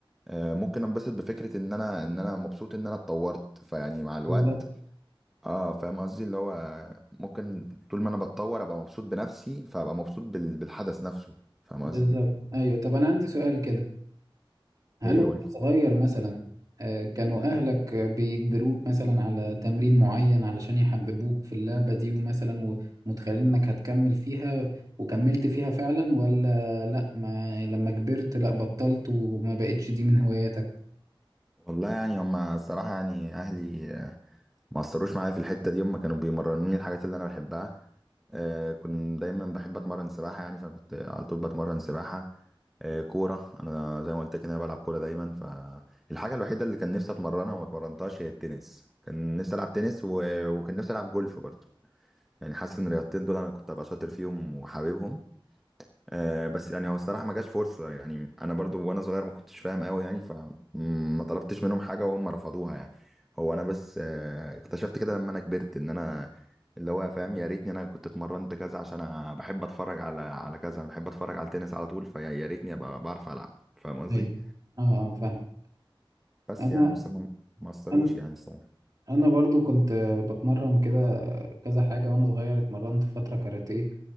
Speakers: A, in the centre; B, on the right (about 40°).
A: آه، ممكن أنبسط بفكرة إن أنا إن أنا مبسوط إن أنا اتطورت فيعني مع الوقت
B: بالظبط
A: اه فاهم قصدي اللي هو ممكن طول ما أنا بتطور أبقى مبسوط بنفسي فأبقى مبسوط بال- بالحدث نفسه فاهم
B: بالظبط
A: قصدي؟
B: ايوه طب انا عندي سؤال كده هل
A: إيه
B: وانت
A: قولي
B: صغير مثلا آه، كانوا اهلك آه، بيجبروك مثلا على تمرين معين علشان يحببوك في اللعبة دي ومثلا ومتخيلين انك هتكمل فيها وكملت فيها فعلا ولا لا ما لما كبرت لا بطلت وما بقتش دي من هواياتك
A: والله يعني هما الصراحة يعني أهلي ما اثروش معايا في الحته دي هم كانوا بيمرنوني الحاجات اللي انا بحبها آه كنت دايما بحب اتمرن سباحه يعني فكنت على طول بتمرن سباحه آه كوره انا زي ما قلت لك إن انا بلعب كوره دايما فالحاجه الوحيده اللي كان نفسي اتمرنها وما اتمرنتهاش هي التنس كان نفسي العب تنس و... وكان نفسي العب جولف برضه يعني حاسس ان الرياضتين دول انا كنت ابقى شاطر فيهم وحاببهم آه بس يعني هو الصراحة ما جاش فرصة يعني أنا برضو وأنا صغير ما كنتش فاهم أوي يعني فما طلبتش منهم حاجة وهم رفضوها يعني هو أنا بس آه اكتشفت كده لما أنا كبرت إن أنا اللي هو فاهم يا ريتني أنا كنت اتمرنت كذا عشان أنا بحب أتفرج على على كذا أنا بحب أتفرج على التنس على طول فيا يا ريتني أبقى بعرف ألعب فاهم قصدي
B: ايوه اه اه فاهم
A: بس
B: انا
A: يعني بس هم ما أثروش
B: انا
A: يعني الصراحة
B: انا برضو كنت آه، بتمرن كده كذا حاجة وانا صغير اتمرنت فترة كاراتيه